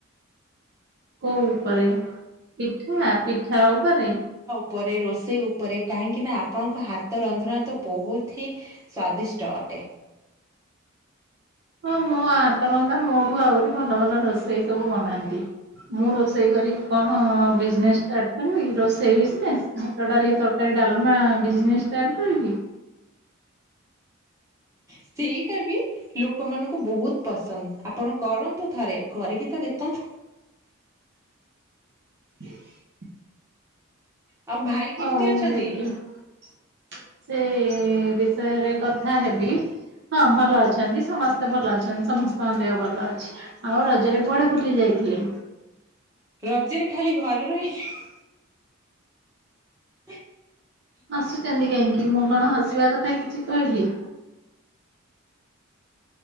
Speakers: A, on the right (about 55°); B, on the right (about 15°).
A: କୋଉ ପରେ ପିଠା ପିଠାଉ କରେ
B: ପରେ ରୋଷେଇ ଉପରେ କାହିଁକି ନା ଆପଣଙ୍କ ହାତ ରନ୍ଧଣା ତ ବହୁତ ହିଁ ସ୍ଵାଦିଷ୍ଟ ଅଟେ।
A: ହଁ ମୋ ହାତ ରନ୍ଧା ମୋଠୁ ଆହୁରି ଭଲ ଭଲ ରୋଷେଇ ସବୁ ବନାନ୍ତି। ମୁଁ ରୋଷେଇ କରି କଣ ବିଜନେସ ଷ୍ଟାର୍ଟ କରିବି? ରୋଷେଇ ବିଜନେସ? ଭାତ, ଡାଲି, ତରକାରୀ, ଡାଲମା ବିଜନେସ ଷ୍ଟାର୍ଟ କରିବି?
B: ସେଇଟା ବି ଲୋକମାନଙ୍କୁ ବହୁତ ପସନ୍ଦ। ଆପଣ କରନ୍ତୁ ଥରେ, କରିକି ତ ଦେଖନ୍ତୁ।
A: <inaudible>
B: ଆଉ ଭାଇ କେମିତି
A: ହଉ
B: ଅଛନ୍ତି?
A: ଦେଖିଆ ସେ ବିଷୟରେ କଥା ହେବି। ହଁ, ଭଲ, ଅଛନ୍ତି ସମସ୍ତେ ଭଲ ଅଛନ୍ତି, ସମସ୍ତଙ୍କ ଦେହ ଭଲ ଅଛି। ଆଉ ରଜରେ କୁଆଡେ ବୁଲି ଯାଇଥିଲେ?
B: ରଜରେ ଖାଲି ଘରେ ରହି <unintelligible> ହେ
A: ଆସୁଛନ୍ତି କାହିଁକି? ମୁଁ କଣ ହସିବା କ କଟ କିଛି କହିଲି